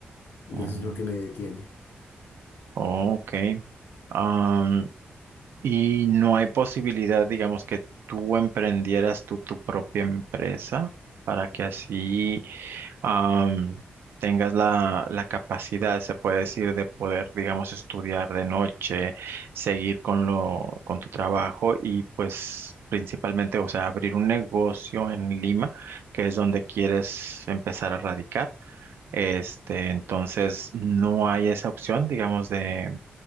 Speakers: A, on the left; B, on the right.
A: y
B: Ujú.
A: eso es lo que me detiene.
B: Ok. Am, y no hay posibilidad, digamos, que tú emprendieras tú tu propia empresa para que así am, tengas la, la capacidad, se puede decir, de poder, digamos, estudiar de noche, seguir con lo, con tu trabajo y pues principalmente, o sea, abrir un negocio en Lima, que es donde quieres empezar a radicar. Este, entonces no hay esa opción, digamos, de,